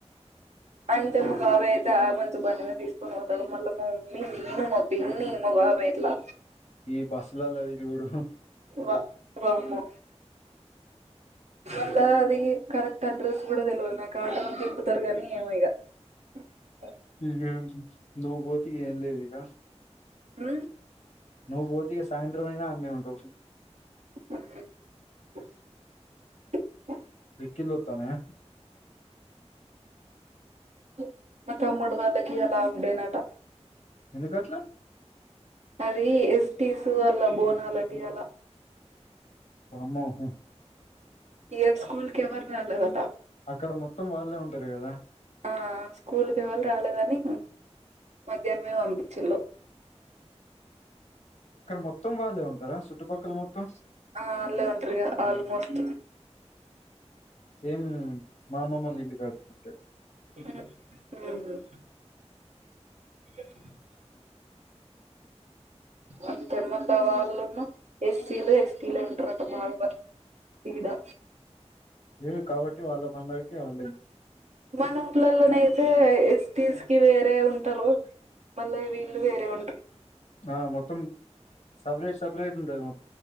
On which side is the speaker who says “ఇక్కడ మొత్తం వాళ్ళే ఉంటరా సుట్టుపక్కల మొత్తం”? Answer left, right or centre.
Left